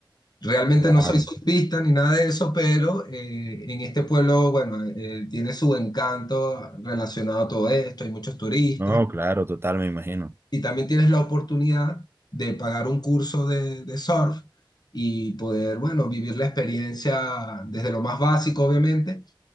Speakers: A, on the left; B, on the right.
A: Realmente
B: claro.
A: no soy surfista ni nada de eso, pero eh, en este pueblo, bueno, eh, tiene su encanto relacionado a todo esto, hay muchos turistas
B: No, claro, total, me imagino.
A: y también tienes la oportunidad de pagar un curso de, de surf y poder, bueno, vivir la experiencia desde lo más básico, obviamente,